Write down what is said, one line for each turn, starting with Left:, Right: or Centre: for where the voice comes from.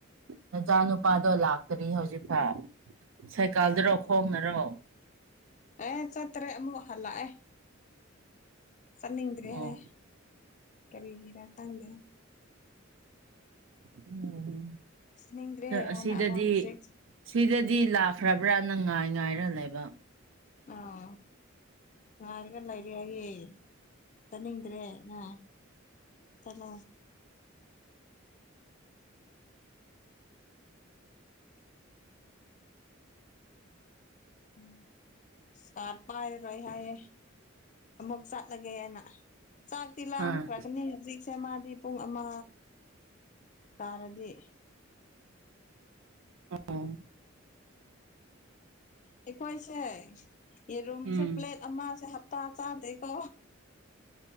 Right: ꯅꯆꯥ
Left: ꯎꯝ
Right: ꯅꯨꯄꯥꯗꯣ ꯂꯥꯛꯇꯔꯤ ꯍꯧꯖꯤꯛꯐꯥꯎ ꯁꯥꯏꯀꯥꯜꯗꯔꯣ
Left: ꯑꯣ
Right: ꯈꯣꯡꯅꯔꯣ
Left: ꯑꯦ ꯆꯠꯇꯔꯦ ꯑꯃꯨꯛ ꯍꯥꯜꯂꯛ ꯑꯦ ꯆꯠꯅꯤꯡꯗ꯭ꯔꯦ
Right: ꯑꯣ
Left: ꯍꯥꯏ ꯀꯔꯤꯒꯤꯔꯥ ꯇꯪꯗꯦ
Right: ꯎꯝ
Left: ꯆꯠꯅꯤꯡꯗꯔꯦ
Right: ꯑꯁꯤꯗꯗꯤ
Left: ꯍꯥꯏꯅ ꯑꯃꯨꯛ ꯍꯧꯖꯤꯛ
Right: ꯁꯤꯗꯗꯤ ꯂꯥꯛꯈ꯭ꯔꯕ꯭ꯔ ꯅꯪ ꯉꯥꯏ ꯉꯥꯏꯔ ꯂꯩꯕ
Left: ꯑꯥ ꯉꯥꯏꯔꯒ ꯂꯩꯔꯦ ꯍꯥꯏꯌꯦ ꯆꯠꯅꯤꯡꯗ꯭ꯔꯦ ꯅ ꯆꯠꯂꯣ ꯎꯝ ꯀ ꯀꯥꯔꯠ ꯄꯥꯏꯔꯔꯣꯏ ꯍꯥꯏꯌꯦꯦ ꯑꯃꯨꯛ ꯆꯠꯂꯒꯦ ꯍꯥꯏꯅ ꯆꯥꯥꯛꯇꯤ ꯂꯥꯝꯈ꯭ꯔꯕꯅꯤ
Right: ꯑꯥ
Left: ꯍꯧꯖꯤꯛ ꯁꯦ ꯃꯥꯗꯤ ꯄꯨꯡ ꯑꯃ ꯇꯥꯔꯗꯤ
Right: ꯑꯣ
Left: ꯑꯩꯈꯣꯏꯁꯦ ꯌꯦꯔꯨꯝꯁꯦ
Right: ꯎꯝ
Left: ꯄ꯭ꯂꯦꯠ ꯑꯃꯁꯦ ꯍꯞꯇꯥ ꯆꯥꯗꯦꯀꯣ